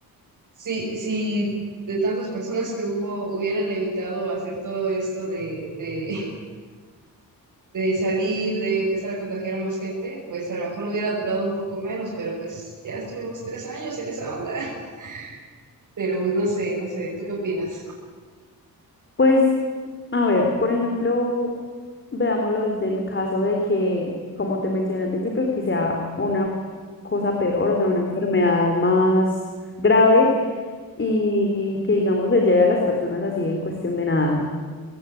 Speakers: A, on the right; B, on the left.
A: sí, sí. De tantas personas que hubo, hubieran evitado hacer todo esto de, de, <laughs> de salir, de empezar a contagiar a más gente, pues a lo mejor hubiera durado un poco menos, pero pues ya estuvimos tres años en esa onda. <laughs> Pero pues no sé, no sé, ¿tú qué opinas?
B: Pues A ver, por ejemplo, veámoslo desde el caso de que, como te mencioné al principio, que sea una cosa peor, o sea, una enfermedad más grave y, y que, digamos, se lleve a las personas así en cuestión de nada.